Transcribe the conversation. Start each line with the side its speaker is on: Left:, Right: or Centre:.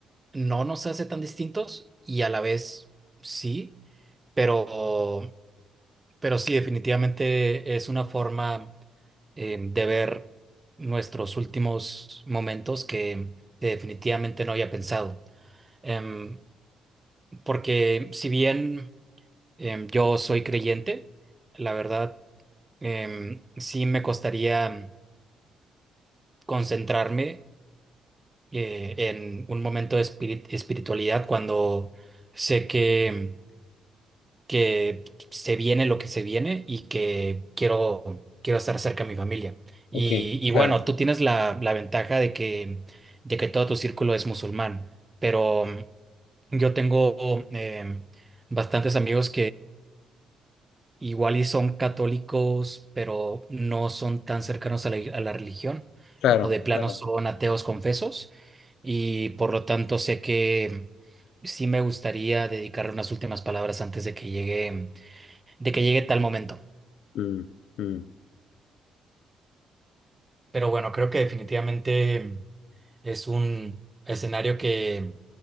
Right: no nos hace tan distintos y a la vez sí, pero, pero sí, definitivamente es una forma eh, de ver nuestros últimos momentos que, que definitivamente no había pensado. Em, porque si bien em, yo soy creyente, la verdad em, sí me costaría concentrarme eh, en un momento de espirit- espiritualidad cuando sé que, que se viene lo que se viene y que quiero, quiero estar cerca de mi familia. Y,
Left: Ok, claro,
Right: y bueno, tú tienes la, la ventaja de que, de que todo tu círculo es musulmán, pero mm, yo tengo em, bastantes amigos Igual y son católicos, pero no son tan cercanos a la, a la religión,
Left: claro,
Right: o de plano
Left: claro.
Right: son ateos confesos, y por lo tanto sé que sí me gustaría dedicarle unas últimas palabras antes de que llegue, de que llegue tal momento.
Left: Mm, mm.
Right: Pero bueno, creo que definitivamente es un escenario que,